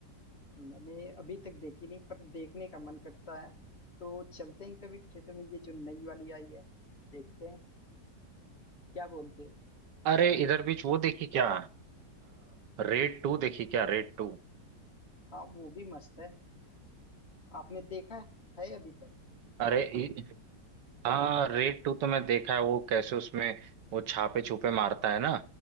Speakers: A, on the left; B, on the right.
A: मैंने अभी तक देखी नहीं पर देखने का मन करता है तो चलते हैं कभी थिएटर में ये जो नई वाली आई है देखते हैं क्या बोलते हो
B: अरे इधर बीच वो देखी क्या रेड टू देखी क्या रेड टू
A: हाँ वो भी मस्त है आपने देखा है है अभी तक
B: अरे इ- हाँ रेड टू तो मैं देखा है वो कैसे उसमें वो छापे छुपे मारता है ना